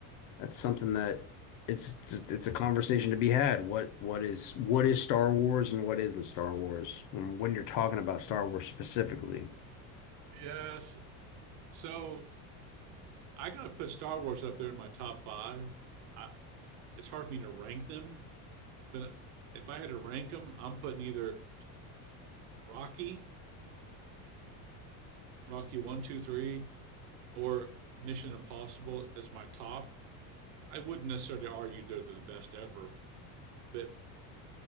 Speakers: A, on the left (about 45°); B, on the right (about 60°).
A: that's something that it's it's it's a conversation to be had. What what is what is Star Wars and what isn't Star Wars? And when you're talking about Star Wars specifically,
B: Yes. So I got to put Star Wars up there in my top five. I, it's hard for me to rank them, but if I had to rank them, I'm putting either Rocky, Rocky one, two, three, or Mission Impossible as my top. I wouldn't necessarily argue they're the best ever, but